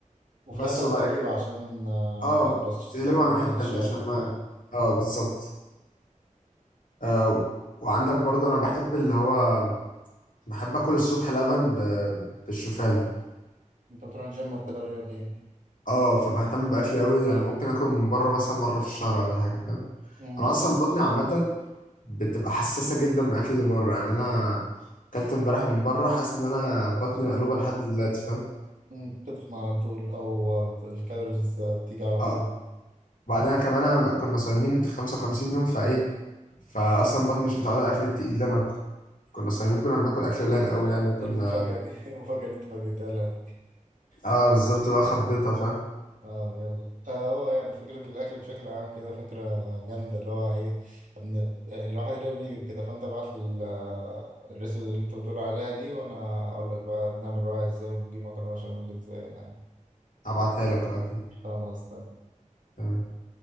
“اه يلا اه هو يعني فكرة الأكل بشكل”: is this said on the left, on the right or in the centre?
Right